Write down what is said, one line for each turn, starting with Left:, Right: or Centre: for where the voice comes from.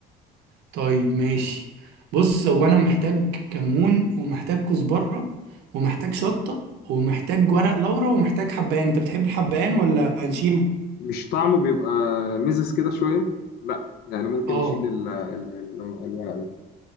Right: طيب ماشي بص هو انا محتاج كمون ومحتاج كزبرة ومحتاج شطة ومحتاج ورق لورا ومحتاج حبهان انت بتحب الحبهان ولا هنشيله
Left: مش طعمه بيبقى مزز كده شوية لا يعني ممكن
Right: اه
Left: نشيل ال- ال- ال- الورق ده